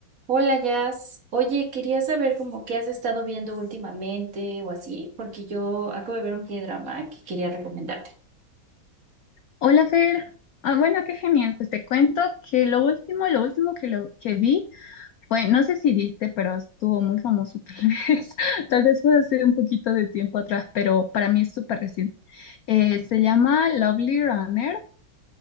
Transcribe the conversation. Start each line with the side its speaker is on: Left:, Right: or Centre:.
Right: Hola, Jazz. Oye, quería saber como qué has estado viendo últimamente o así, porque yo acabo de ver un K-drama que quería recomendarte.
Left: Hola Fer, ah, bueno, qué genial. Pues te cuento que lo último, lo último que, lo, que vi fue, no sé si viste, pero estuvo muy famoso <laughs> tal vez, tal vez fue hace un poquito de tiempo atrás, pero para mí es súper reciente. Eh, se llama Lovely Runner,